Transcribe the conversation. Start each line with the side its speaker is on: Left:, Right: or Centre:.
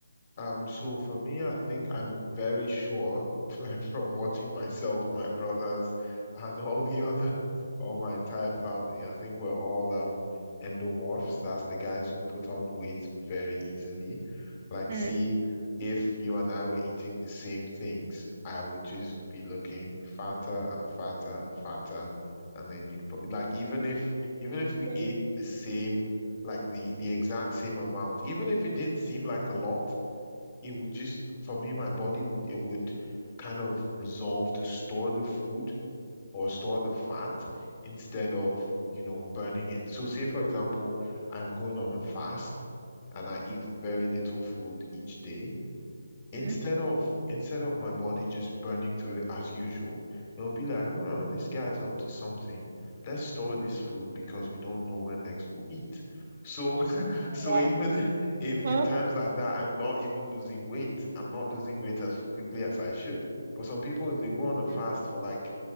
Left: Um, so for me, I think I'm very sure, <laughs> like from watching myself, my brothers, and all the other, all my entire family, I think we're all um endomorphs. That's the guys who put on weight very easily. Like,
Right: Mhm.
Left: see, if you and I were eating the same things, I would just be looking fatter and fatter and fatter. And then you'd pro like even if even if we
Right: <laughs>
Left: ate the same, like the the exact same amount, even if it didn't seem like a lot it would just for me my body would it would kind of resolve to store the food or store the fat instead of you know burning it so say for example i'm going on a fast and i eat very little food each day instead
Right: Mhm.
Left: of instead of my body just burning through it as usual, it'll be like, huh, this guy's up to something. Let's store this food because we don't know when next we'll eat. So <laughs> so
Right: Uh,
Left: even in in
Right: huh
Left: times like that, I'm not even losing weight. I'm not losing weight as quickly as I should. But some people, if they go on a fast
Right: mm
Left: for like